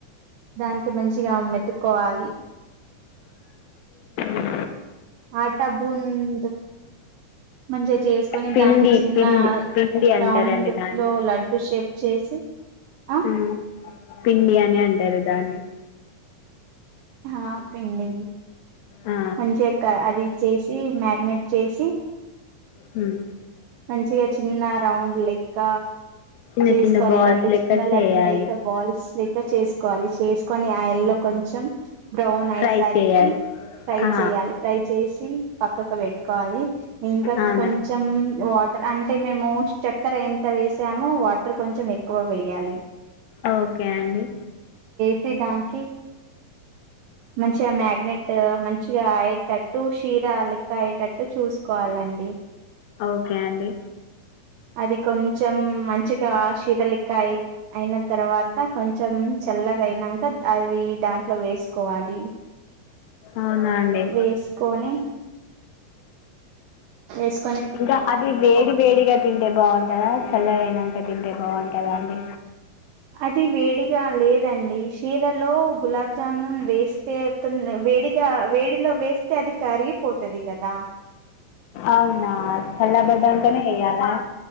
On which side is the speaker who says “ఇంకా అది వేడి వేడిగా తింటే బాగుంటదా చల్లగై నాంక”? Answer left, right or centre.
Left